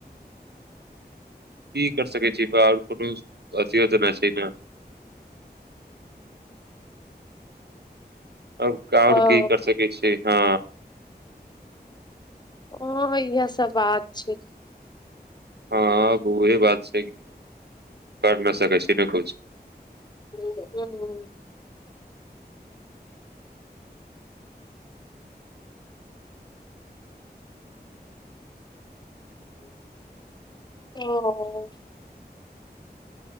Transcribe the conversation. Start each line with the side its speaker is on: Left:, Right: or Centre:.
Right: क कर सकै छी आओर कोनो अथ यो जेना छै ने आ आओर
Left: ओ
Right: की कर सकै छिय हँ
Left: ह इहसभ बात छै।
Right: हँ ब ह बात कर न सकै छै नकु
Left: ह ओ